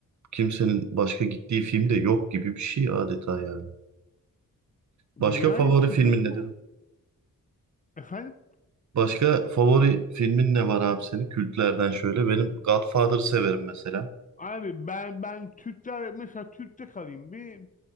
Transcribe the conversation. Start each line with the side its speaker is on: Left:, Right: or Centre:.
Right: kimsenin başka gittiği film de yok gibi bir şey adeta yani.
Left: Yani
Right: Başka favori
Left: küfür
Right: filmin nedir?
Left: kon- efendim
Right: Başka favori filmin ne var abi senin? Kültlerden şöyle. Benim Godfather'ı severim mesela.
Left: abi ben ben Türkler mesela Türk'te kalayım bir